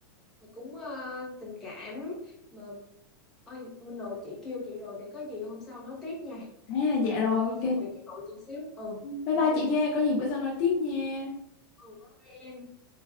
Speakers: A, in the centre; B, on the left (about 35°).
A: mà cũng ờ, tình cảm mà ôi mình nội chị kêu chị rồi để có gì hôm sau nói tiếp nha
B: À dạ rồi
A: chị đi
B: ok
A: công việc với nội chị xíu ừ
B: Bye
A: ok
B: bye chị nha Có gì bữa sau nói tiếp nha
A: ừ bye bye em